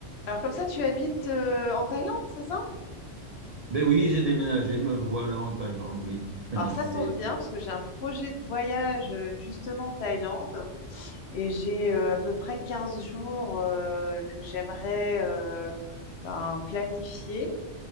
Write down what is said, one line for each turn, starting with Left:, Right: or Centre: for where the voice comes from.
Left: Alors comme ça, tu habites euh, en Thaïlande, c'est ça?
Right: Ben oui, j'ai déménagé, me voilà en Thaïlande, oui. <laughs>
Left: Alors ça
Right: C'est
Left: tombe bien parce que j'ai un projet de voyage euh, justement en Thaïlande et j'ai euh, à peu près 15 jours euh, que j'aimerais euh, ben, planifier.